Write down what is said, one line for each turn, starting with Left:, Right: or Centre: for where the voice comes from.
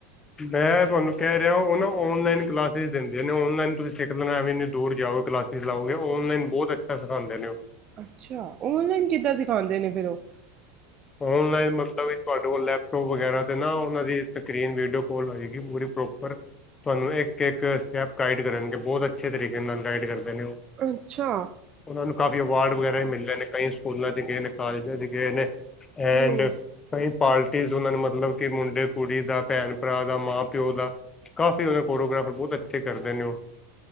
Left: ਮੈਂ ਤੁਹਾਨੂੰ ਕਹਿ ਰਿਹਾ ਉਹ ਨਾ ਔਨਲਾਈਨ ਕਲਾਸਿਸ ਦਿੰਦੇ ਨੇ। ਔਨਲਾਈਨ ਤੁਸੀਂ ਸਿਖ ਲੈਣਾ ਐਵੇਂ ਇੰਨੀ ਦੂਰ ਜਾਓਗੇ, ਕਲਾਸਿਸ ਲਾਓਗੇ ਔਨਲਾਈਨ ਬਹੁਤ ਅੱਛਾ ਸਿਖਾਉਂਦੇ ਨੇ ਉਹ।
Right: ਅੱਛਾ ਆਨਲਾਈਨ ਕਿੱਦਾਂ ਸਿਖਾਉਦੇ ਨੇ ਫਿਰ ਉਹ?
Left: ਔਨਲਾਈਨ ਮਤਲਬ ਵੀ ਤੁਹਾਡੇ ਕੋਲ ਲੈਪਟੋਪ ਵਗੈਰਾ ਤੇ ਨਾ ਉਹਨਾਂ ਦੀ ਸਕਰੀਨ ਵੀਡੀਓ ਕੋਲ ਹੋਏਗੀ, ਪੂਰੀ ਪ੍ਰੋਪਰ। ਤੁਹਾਨੂੰ ਇੱਕ ਇੱਕ ਸਟੈਪ ਗਾਈਡ ਕਰਨਗੇ ਬਹੁਤ ਅੱਛੇ ਤਰੀਕੇ ਨਾਲ ਗਾਈਡ ਕਰ ਕਰਦੇ ਨੇ ਉਹ,
Right: ਅੱਛਾ
Left: ਉਹਨਾਂ ਨੂੰ ਕਾਫੀ ਅਵਾਰਡ ਵਗੈਰਾ ਹੀ ਮਿਲ ਨੇ ਕਈ ਸਕੂਲਾਂ ਗਏ ਨੇ ਕਾਲਜਾਂ ਚ ਗਏ ਨੇ। ਐਂਡ
Right: ਹੂੰ
Left: ਕਈ ਪਾਰਟੀ। ਉਹਨਾਂ ਨੂੰ ਮਤਲਬ ਕਿ ਮੁੰਡੇ ਕੁੜੀ ਦਾ ਭੈਣ ਭਰਾ ਦਾ ਮਾਂ ਪਿਓ ਦਾ ਕਾਫੀ ਉਹ ਫੋਟੋਗ੍ਰਾਫਰ ਬਹੁਤ ਅੱਛੇ ਕਰਦੇ ਨੇ ਉਹ।